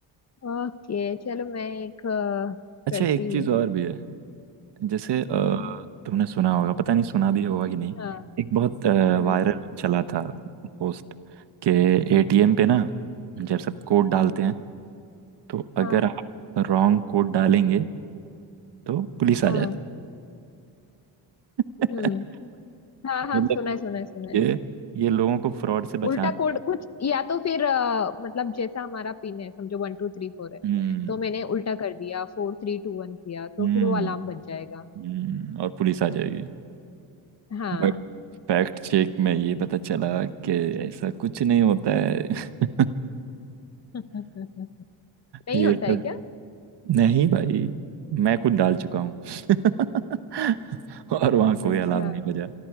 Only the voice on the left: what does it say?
ओके चलो मैं एक अ,
करती
हूँ
हम्म
हाँ
हम्म
हाँ
हाँ
हम्म
हाँ हाँ
सुना है सुना है सुना
है
उल्टा कोड कुछ या तो फिर अ, मतलब जैसा हमारा पिन है समझो वन टू थ्री फोर है
तो मैंने उल्टा कर दिया फोर थ्री टू वन किया तो
फिर वो अलार्म बज जाएगा
हाँ
<laughs> नहीं
होता
है क्या
अच्छा